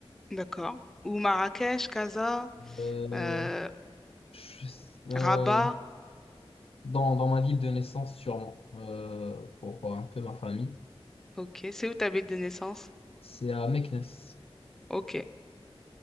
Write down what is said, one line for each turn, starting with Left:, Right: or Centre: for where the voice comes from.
Centre: D'accord. Ou Marrakech, Casa?
Left: euh,
Centre: euh,
Left: je euh,
Centre: Rabat,
Left: dans, dans ma ville de naissance sûrement, euh, pour voir un peu ma famille.
Centre: ok. C'est où ta ville de naissance?
Left: C'est à Meknès.
Centre: Ok.